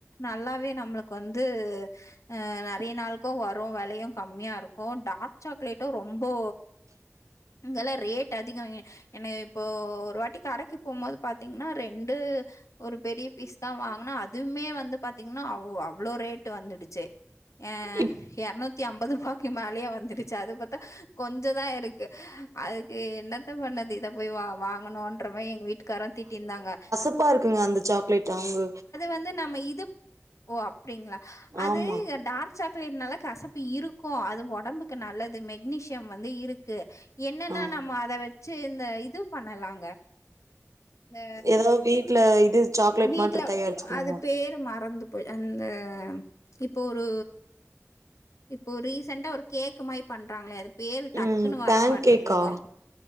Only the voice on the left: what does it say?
நல்லாவே நம்மளுக்கு வந்து அ நறைய நாள் க்கு வரு வெலையு கம்மியா இருக்கு டார்க் சாக்லேட்டு ரொம்பொ இங்கெல்லா ரேட் அதிக எ என்ன இப்போ ஒரு வாட்டிக்கு கடைக்கு போம்போது பாத்திங்னா ரெண்டு ஒரு பெரிய பிஸ்தா வாங்னா அது மே வந்து பாத்திங்னா அவ் அவ்ளோ ரேட் வந்துடுச்சு எ
எரநூ த்தி அம்பது ருபாக்கு மேலயே வந்துடு ச்சு அது பாத்தா கொஞ்சதா இருக்கு அதுக்கு என்னத்த பண்ணது இத போய் வா வாங்கணுன்ற மாரி எங்க வீட்டுக்காரு திட்டிருந்தாங்க
வந்து நம்ம இது ஓ அப்டிங்ளா அது
டார்க் சாக் லட்னால கசப்பு இருக்கு அது ஒடம்புக்கு நல்லது மெக்னீசியம் வந்து இருக்கு என்னன்னா
நம்ம அத வச்சு இந்த இது பண்ணலாங்க இந்த
வீட்ல
அது பேரு மறந்து பே அந்த இப்ப ஒரு இப்போ ரீசெண்ட்டா ஒரு கேக் மாரி பண்றாங்களே அது பேரு டக்குன்னு
வர மாட்ருக்குங்க